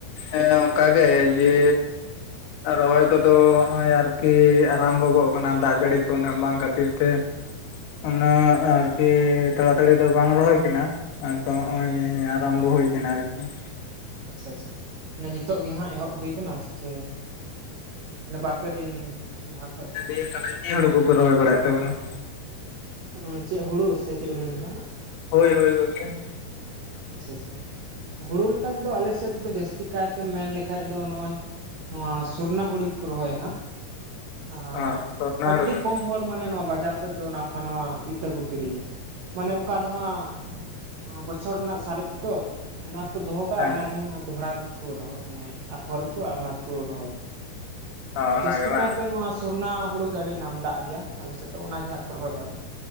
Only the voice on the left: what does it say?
ᱮᱸ ᱚᱝᱠᱟ ᱜᱮ ᱡᱮ ᱨᱚᱦᱚᱭ ᱠᱚᱫᱚ ᱦᱚᱸᱜᱼᱚᱭ ᱟᱨᱠᱤ ᱟᱨᱟᱢᱵᱚ ᱜᱚᱜ ᱠᱟᱱᱟ, ᱫᱟᱜ ᱡᱟᱲᱤ ᱠᱚ ᱩᱱᱟᱹᱜ ᱵᱟᱝ ᱠᱷᱟᱛᱤᱨ ᱛᱮ ᱩᱱᱟᱹᱜ ᱟᱨᱠᱤ ᱛᱟᱲᱟ ᱛᱟᱲᱤ ᱫᱚ ᱵᱟᱝ ᱨᱚᱦᱚᱭ ᱠᱟᱱᱟ ᱟᱫᱚ ᱦᱚᱸᱜ ᱚᱭ ᱟᱨᱟᱢᱵᱚ ᱦᱩᱭ ᱠᱟᱱᱟ ᱟᱨᱠᱤ ᱾
ᱤᱭᱟᱹ ᱛᱟᱦᱚᱞᱮ ᱪᱮᱜ ᱦᱩᱲᱩ ᱠᱚᱯᱮ ᱨᱚᱦᱚᱭ ᱵᱟᱲᱟᱭᱮᱜ ᱛᱟᱵᱚᱱᱟ ᱾
ᱦᱳᱭ ᱦᱳᱭ ᱜᱚᱝᱠᱮ ᱾
ᱦᱚᱸ ᱥᱚᱨᱱᱚ
ᱦᱩᱲᱩ ᱜᱮ
ᱦᱮᱸ
ᱦᱚᱸ
ᱚᱱᱟᱜᱮ
ᱵᱟᱝ